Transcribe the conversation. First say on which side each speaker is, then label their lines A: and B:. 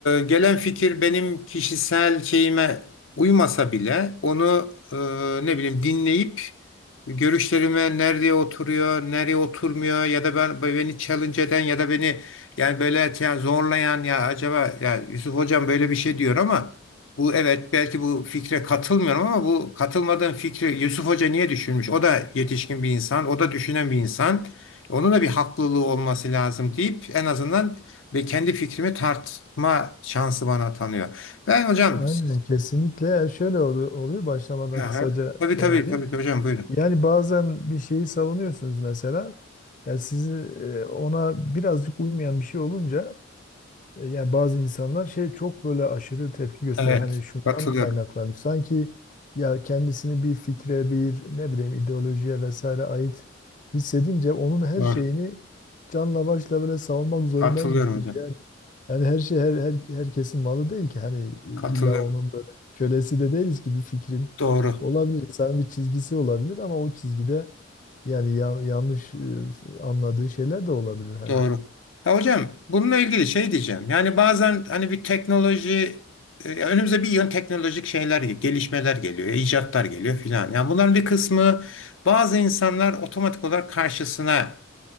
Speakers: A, on the left; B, on the left.
A: gelen fikir benim kişisel şeyime uymasa bile onu e, ne bileyim dinleyip görüşlerime nerede oturuyor nereye oturmuyor ya da ben beni challenge eden ya da beni yani böyle yani zorlayan ya acaba ya Yusuf hocam böyle bir şey diyor ama bu evet belki bu fikre katılmıyorum ama bu katılmadığım fikri Yusuf Hoca niye düşünmüş? O da yetişkin bir insan, o da düşünen bir insan. Onun da bir haklılığı olması lazım deyip en azından ve kendi fikrimi tartma şansı bana tanıyor. Ben hocam
B: Aynen
A: siz,
B: kesinlikle. Yani şöyle olu- oluyor başlamadan
A: aha,
B: kısaca
A: tabii
B: şey
A: tabii
B: yapayım.
A: tabii ki hocam buyurun.
B: Yani bazen bir şeyi savunuyorsunuz mesela. Ya sizi e, ona birazcık uymayan bir şey olunca E, Yani bazı insanlar şey çok böyle aşırı tepki gösterir.
A: Evet
B: Hani şundan
A: katılıyorum.
B: kaynaklanıyor. Sanki ya kendisini bir fikre, bir ne bileyim ideolojiye vesaire ait hissedince onun her
A: Doğru.
B: şeyini canla başla böyle savunmak zorundaymış
A: Katılıyorum
B: gibi
A: hocam.
B: yani. Yani her şey her, her herkesin malı değil ki. Hani e, illa
A: Katılıyorum.
B: onun böyle kölesi de değiliz ki bir fikrin.
A: Doğru.
B: Olabilir insanın bir çizgisi olabilir ama o çizgide yani ya- yanlış e, anladığı şeyler de olabilir hani.
A: Doğru. Ya hocam bununla ilgili şey diyeceğim. Yani bazen hani bir teknoloji e, önümüze bir yön teknolojik şeyler gelişmeler geliyor, icatlar geliyor filan. Yani bunların bir kısmı bazı insanlar otomatik olarak karşısına